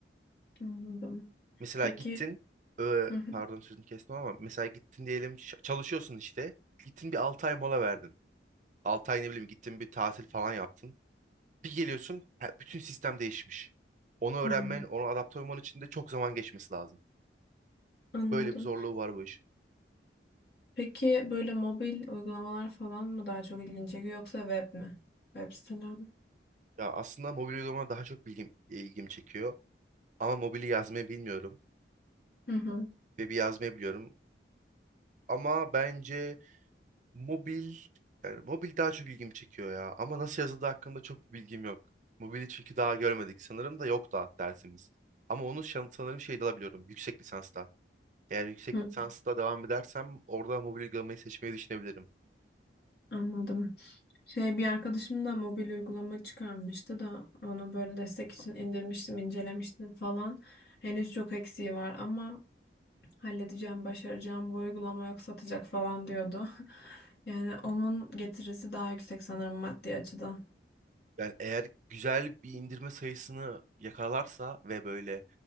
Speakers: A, on the left (about 65°); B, on the right (about 40°).
A: Anladım.
B: Mesela
A: Peki.
B: gittin, ö,
A: Hı hı.
B: pardon sözünü kestim ama mesela gittin diyelim ç- çalışıyorsun işte. Gittin bir 6 ay mola verdin. 6 ay ne bileyim gittin bir tatil falan yaptın. Bir geliyorsun, he- bütün sistem değişmiş. Onu öğrenmen,
A: Hı,
B: onu adapte olman için de çok zaman geçmesi lazım.
A: Anladım.
B: Böyle bir zorluğu var bu işin.
A: Peki böyle mobil uygulamalar falan mı daha çok ilgini çekiyor yoksa web mi? Web siteler mi?
B: Ya aslında mobil uygulama daha çok bilgim, ilgim çekiyor. Ama mobili yazmayı bilmiyorum.
A: Hı hı.
B: Web'i yazmayı biliyorum. Ama bence mobil, yani mobil daha çok ilgim çekiyor ya. Ama nasıl yazıldığı hakkında çok bir bilgim yok. Mobili çünkü daha görmedik. Sanırım da yok da dersimiz. Ama onu şan- sanırım şeyde alabiliyorum. Yüksek lisansta. Eğer yüksek
A: Hı,
B: lisansta devam edersem orada mobil uygulamayı seçmeyi düşünebilirim.
A: anladım. Şey bir arkadaşım da mobil uygulama çıkarmıştı da onu böyle destek için indirmiştim, incelemiştim falan. Henüz çok eksiği var ama halledeceğim, başaracağım. Bu uygulama yok satacak falan diyordu. <laughs> Yani onun getirisi daha yüksek sanırım maddi açıdan.
B: Yani eğer güzel bir indirme sayısını yakalarsa ve böyle